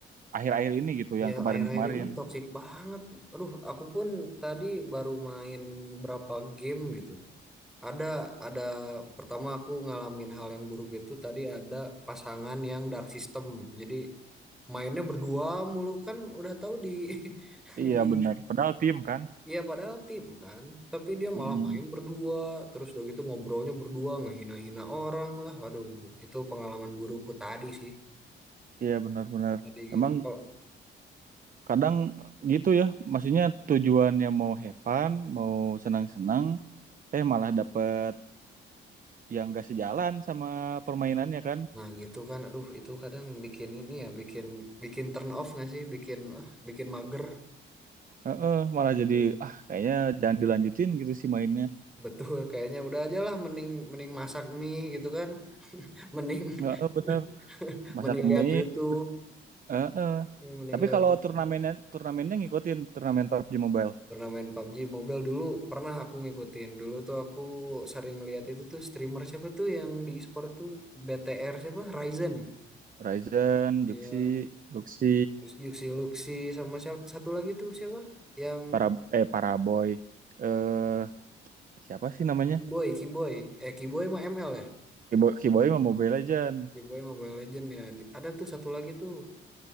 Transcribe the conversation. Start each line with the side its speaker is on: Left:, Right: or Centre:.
Right: akhir-akhir ini gitu yang
Centre: Ya
Right: kemarin-kemarin
Centre: akhir-akhir ini toxic banget. Aduh, aku pun tadi baru main berapa game gitu. Ada, ada pertama aku ngalamin hal yang buruk itu tadi ada pasangan yang dark system. Jadi mainnya berdua mulu kan udah tahu di <laughs>
Right: Iya
Centre: di
Right: benar. Padahal tim kan.
Centre: ya padahal tim kan, tapi dia
Right: mm
Centre: malah main berdua, terus udah gitu ngobrolnya berdua ngehina-hina orang lah. Aduh, itu pengalaman burukku tadi sih.
Right: Iya benar-benar.
Centre: Tadi game
Right: Emang
Centre: kok.
Right: kadang gitu ya. Maksudnya tujuannya mau have fun, mau senang-senang, eh malah dapet yang gak sejalan sama permainannya kan.
Centre: Nah, gitu kan. Aduh, itu kadang bikin ini ya, bikin bikin turn off nggak sih? Bikin ah, bikin mager.
Right: Heeh, malah
Centre: Aduh.
Right: jadi ah kayaknya jangan dilanjutin gitu sih mainnya.
Centre: Betul, kayaknya udah aja lah mending mending masak mie gitu kan. <laughs> Mending
Right: Nggak, eh, bener.
Centre: <laughs>
Right: Masak
Centre: mending lihat
Right: mie
Centre: YouTube,
Right: terus. Heeh.
Centre: Ya, mending
Right: Tapi
Centre: lihat
Right: kalau
Centre: YouTube.
Right: turnamennya turnamennya ngikutin turnamen PUBG Mobile.
Centre: pernah main PUBG Mobile dulu, pernah aku ngikutin. Dulu tuh aku sering lihat itu tuh streamer siapa tuh yang di e-sport tuh BTR siapa? Ryzen.
Right: Ryzen,
Centre: Ya,
Right: Juxi, Luxi,
Centre: terus Yuxi Luxi sama siapa satu lagi tuh siapa? Yang
Right: para eh Paraboy. Eh siapa sih namanya?
Centre: Kiboy, Kiboy. Eh, Kiboy mah ML ya?
Right: Kiboy, Kiboy mau Mobile Legend.
Centre: Kiboy Mobile Legend ya. Ada tuh satu lagi tuh